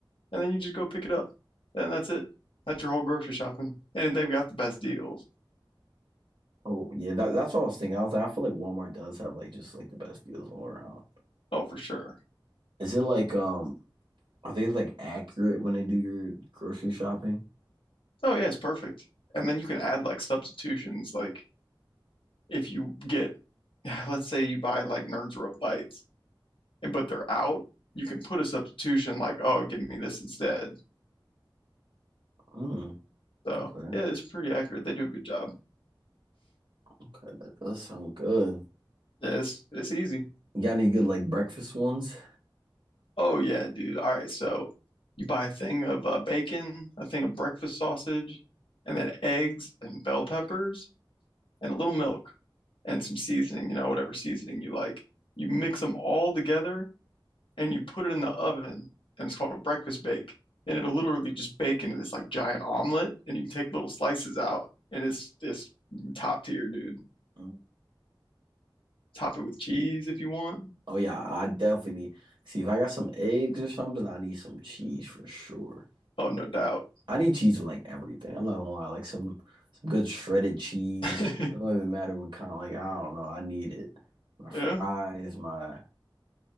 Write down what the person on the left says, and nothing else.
and then you just go pick it up. And that's it. That's your whole grocery shopping. And they've got the best deals.
Oh, for sure.
Oh yeah, it's perfect. And then you can add like substitutions, like if you get, <sighs> let's say you buy like Nerds Rope bites, and but they're out, you can put a substitution like, oh, give me this instead.
So
yeah, it's pretty accurate. They do a good job.
Yeah, it's it's easy.
Oh yeah, dude. All right, so you buy a thing of uh, bacon, a thing of breakfast sausage, and then eggs and bell peppers and a little milk and some seasoning, you know, whatever seasoning you like. You mix them all together and you put it in the oven, and it's called a breakfast bake. And it'll literally just bake into this like giant omelet, and you can take little slices out, and it's it's top tier, dude.
Top it with cheese if you want.
Oh, no doubt.
<laughs>
Yeah.